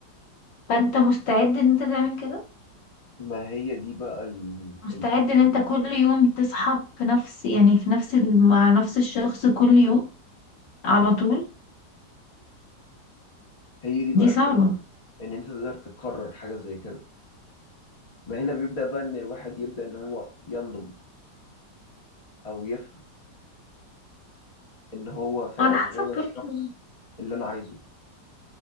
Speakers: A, on the left; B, on the left.
A: فانت مستعد ان انت تعمل كده
B: ما هي دي بقى ال-
A: مستعد
B: الفكره
A: ان انت كل يوم تصحى في نفس يعني في نفس ال- مع نفس الشخص كل يوم على طول
B: هي دي بقى
A: دي صعبة
B: الفكره ان انت تقدر تكرر حاجه زي كده ما هنا بيبدا بقى ان الواحد يبدا ان هو ينضج او يفهم ان هو فعلا
A: على حسب
B: هو ده الشخص
A: برضه
B: اللي انا عايزه